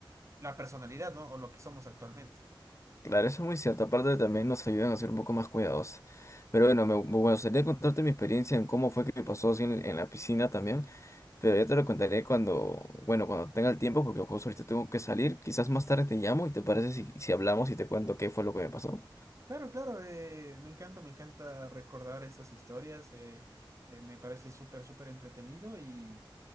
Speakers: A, on the right; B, on the left.
A: la personalidad, ¿no? O lo que somos actualmente.
B: Claro, eso es muy cierto. Aparte también nos ayudan a ser un poco más cuidadosos. Pero bueno, me, me gustaría contarte mi experiencia en cómo fue que me pasó así en, en la piscina también. Pero ya te lo contaré cuando, bueno, cuando tenga el tiempo, porque justo ahorita tengo que salir. Quizás más tarde te llamo y te parece si, si hablamos y te cuento qué fue lo que me pasó.
A: Claro, claro, eh, me encanta, me encanta recordar estas historias, eh, eh, me parece súper, súper entretenido y